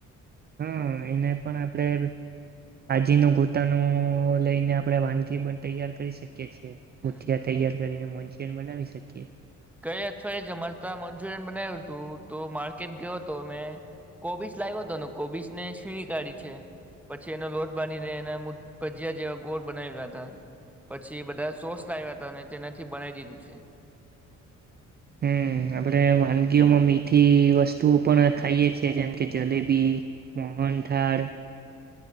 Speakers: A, on the right; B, in the centre.
A: હા એને પણ આપડે આજીનું ગોતાનું લઈને આપણેે વાનગી પણ તૈયાર કરી શકીએ છીએ.
B: હમ
A: મુઠયા તૈયાર કરીને મંચુરયન બનાવી શકીએ.
B: ગઈ અઠવાડિયે જ અમાર તા મંચુરિયન બનાવ્યું તું. તો માર્કેટ ગયો હતો મેં કોબીસ લાવ્યો હતોને કોબીસને છીણી કાઢી છે પછી એનો લોટ બાંધને એ ભજીયા જેવા ગોળ બનાવયા હતા પછી બધા સોસ લાવ્યા હતા અને તેનાથી બનાવી દીધું છે.
A: હમ્મ, આપણેે વાનગીઓમાં મીઠી વસ્તુઓ પણ ખાઈએ છીએ જેમ કે જલેબી, મોહનથાળ